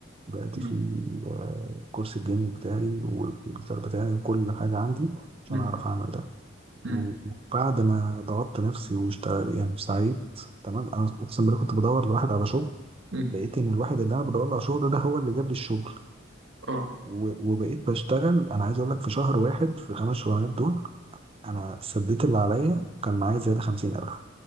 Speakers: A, on the right; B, on the right.
A: بعت
B: مم.
A: فيه آه، الكورس الجيمنج بتاعي والكمبيوتر بتاعي وكل حاجه عندي عشان
B: مم.
A: اعرف اعمل ده
B: مم.
A: و- وبعد ما ضغطت نفسي واشتغل يعني سعيد تمام انا اقسم بالله كنت بدور لواحد على شغل
B: مم.
A: لقيت ان الواحد اللي انا بدور له على شغل ده هو اللي جاب لي الشغل
B: اه
A: و- وبقيت بشتغل انا عايز اقول لك في شهر واحد في الخمس شغلانات دول انا سديت اللي عليا كان معايا زياده 50000